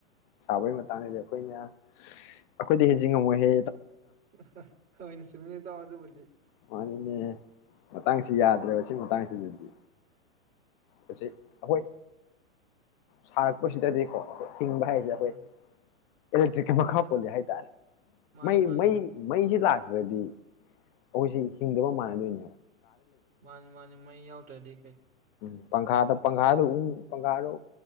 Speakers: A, on the left (about 40°); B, on the right (about 20°).
A: ꯁꯥꯕꯩ ꯃꯇꯥꯡꯗꯗꯤ ꯑꯩꯈꯣꯢꯅꯥ ꯑꯩꯈꯣꯏꯗꯩ ꯍꯦꯟꯖꯟ ꯉꯝꯃꯣꯏꯅꯦ
B: <unintelligible> ꯍꯣꯢꯅꯦ ꯆꯨꯝꯃꯤꯅꯦ ꯏꯇꯥꯎ ꯑꯗꯨꯕꯨꯗꯤ ꯗꯤ
A: ꯃꯥꯟꯅꯤꯅꯦ ꯃꯇꯥꯡꯁꯤ ꯌꯥꯗꯔꯦꯕꯥ ꯁꯤ ꯃꯇꯥꯥꯡꯁꯤꯗꯗꯤ ꯍꯧꯖꯤꯛ ꯑꯩꯈꯣꯌ ꯁꯔꯛꯄꯥꯁꯤꯗꯗꯤꯀꯣ ꯍꯤꯡꯕꯥ ꯍꯥꯏꯁꯦ
B: ꯎꯝ
A: ꯑꯩꯈꯣꯌ ꯏꯂꯦꯛꯇꯔ꯭ꯤꯛꯀꯤ ꯃꯈꯥ ꯄꯣꯜꯂꯦ ꯍꯥꯏ ꯇꯥꯔꯦ
B: ꯃꯥꯅꯤ
A: ꯃꯩ
B: ꯃꯥꯅꯤ
A: ꯃꯩ ꯃꯩꯖꯨ ꯂꯥꯛ ꯔꯗꯤ ꯑꯩꯈꯣꯢꯁꯤ ꯁꯤꯡꯗꯕ ꯃꯥꯟꯗꯣꯏꯅꯦ
B: ꯃꯥꯅꯤ ꯃꯥꯅꯤ ꯃꯩ ꯌꯥꯎ ꯇꯗꯤ
A: ꯎꯝ ꯄꯪꯈꯥꯗ ꯄꯪꯈꯥ ꯗꯨ ꯎꯡꯉꯨ ꯄꯪꯈꯥꯗꯨ